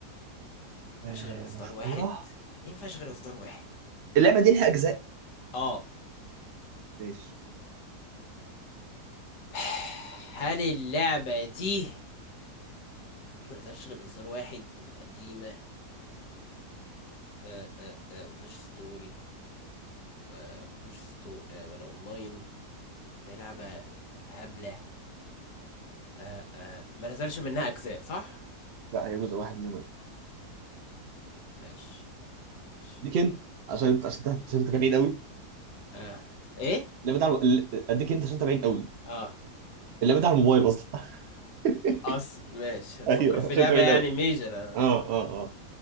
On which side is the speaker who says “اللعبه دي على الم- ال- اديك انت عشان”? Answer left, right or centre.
Right